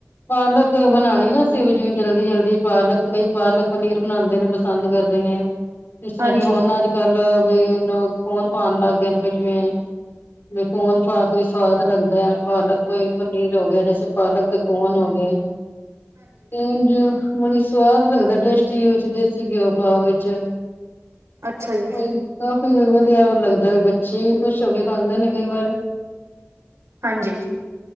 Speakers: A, on the left; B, on the right.
A: ਪਾਲਕ ਬਣਾਣੀ ਨਾ ਅਸੀਂ ਜਿਵੇਂ ਜਲਦੀ- ਜਲਦੀ ਪਾਲਕ ਕਈ ਪਾਲਕ ਪਨੀਰ ਬਣਾਂਦੇ ਨੇ ਪਸੰਦ ਕਰਦੇ ਨੇ। ਜਿਸ ਤਰ੍ਹਾਂ
B: ਹਾਂਜੀ-ਹਾਂਜੀ
A: ਕਿ ਹੁਣ ਅੱਜ ਕੱਲ ਬੀ ਲੋਕ ਫੋਨ ਪਾਣ ਲੱਗ ਗਏ ਬੀ ਜਿਵੇ ਬਈ ਫੋਨ ਪਾ ਕੇ ਵੀ ਸਵਾਦ ਲੱਗਦ ਪਾਲਕ ਕੋ ਪਨੀਰ ਹੋ ਗਿਆ ਜੈਸੇ ਪਾਲਕ ਤੇ ਕੋਨ ਹੋ ਗਏ। ਹੁਣ ਜਿਵੇ ਬੜੀ ਸਵਾਦ ਲੱਗਦਾ ਟੇਸਟੀ ਵਿੱਚ ਦੇਸੀ ਘਿਓ ਪਾਓ ਵਿੱਚ
B: ਅੱਛਾ ਜੀ
A: ਕੋਈ ਕਾਫੀ ਵਧੀਆ ਹੋ ਲੱਗਦਾ ਵੀ ਬੱਚੇ ਵੀ ਖੁਸ਼ ਹੋ ਕੇ ਖਾਂਦੇ ਨੇ ਕਈ ਵਾਰ
B: ਹਾਂਜੀ